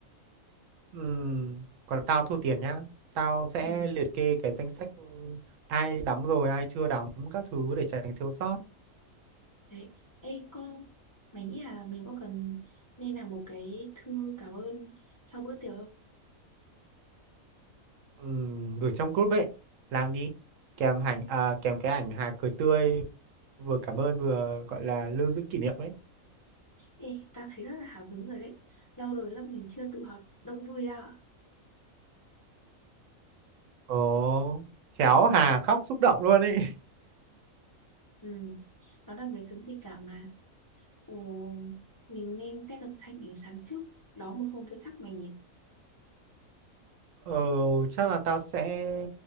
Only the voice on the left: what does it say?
Ừ,
đấy. Ê, con, mày nghĩ là mình có cần nên làm một cái thư cảm ơn sau bữa tiệc không?
Ê, tao thấy rất là hào hứng rồi đấy. Lâu rồi lớp mình chưa tụ họp đông vui đâu.
Ừ, nó là người sống tình cảm mà. Ồ, mình nên test âm thanh ánh sáng trước. Đó một hôm cho chắc mày nhỉ?